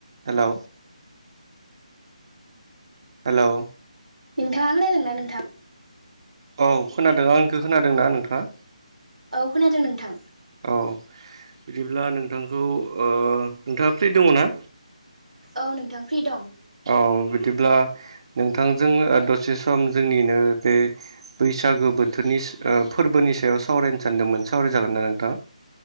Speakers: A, on the right; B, on the right.
A: हेल' हेल'
B: नोंथाङा खोनादों ना नोंथां
A: औ खोनादों आंखौ खोनादों ना नोंथाङा?
B: औ खोनादों नोंथां
A: औ बिदिब्ला नोंथांखौ ओ नोंथाङा फ्रिट दङ ना?
B: औ नोंथां फ्रि दं
A: औ बिदिब्ला नोंथांजों दसे सम जोंनिनो बे बैसागो बोथोरनि फोरबोनि सायाव सावरायनो सानदोंमोन सावरायजागोनना नोंथां